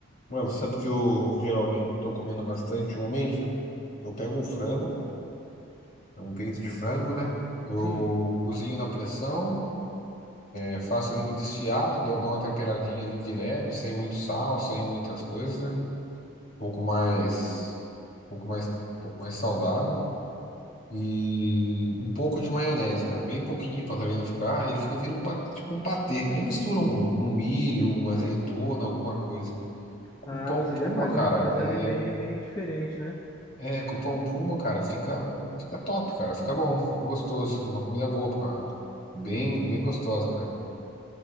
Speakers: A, on the left; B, on the left.
A: mano, sabe que eu geralmente tô comendo bastante ultimamente, velho? Eu pego um frango, um peito de frango, né? Eu
B: Sim.
A: cozinho na pressão, eh, faço ele desfiado, dou, dou uma temperadinha ali de leve, sem muito sal, sem muitas coisas, né? pouco mais, um pouco mais, um pouco mais saudável e um pouco de maionese, cara, bem pouquinho para também não ficar. Ele fica vira um pa- tipo um patê. Aí mistura um, um milho, uma azeitona, alguma coisa. Com
B: Ah,
A: pão
B: você
A: puma,
B: já faz
A: cara,
B: uma coisa
A: é,
B: ali bem, bem diferente, né?
A: é com pão puma, cara, fica, fica top, cara, fica bom, fica gostoso, uma comida boa, pra- bem, bem gostosa, cara.